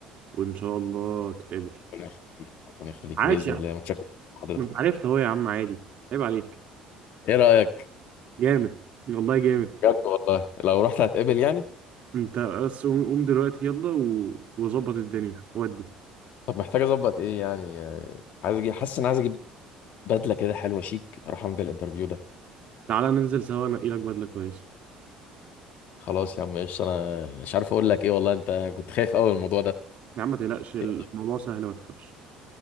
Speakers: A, on the right; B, on the left.
A: وان شاء الله تتقابل
B: ربنا يخليك ربنا يخليك
A: عاش
B: باذن
A: يا
B: الله متشكر لحضرتك
A: ما انت عرفت اهو يا عم عادي عيب عليك
B: ايه رايك
A: جامد والله جامد
B: بجد والله لو رحت هتقابل يعني
A: انت بس قوم قوم دلوقتي يلا و... وظبط الدنيا ودي
B: طب محتاج اظبط ايه يعني آه، عايز اجيب حاسس ان عايز اجيب بدله كده حلوه شيك اروح اعمل بيها الانترفيو ده
A: تعالى ننزل سوا انقي لك بدله كويسه
B: خلاص يا عم ايش انا مش عارف اقول لك ايه والله انت كنت خايف قوي من الموضوع ده
A: يا عم ما تقلقش الموضوع
B: يلا،
A: سهل ما تخافش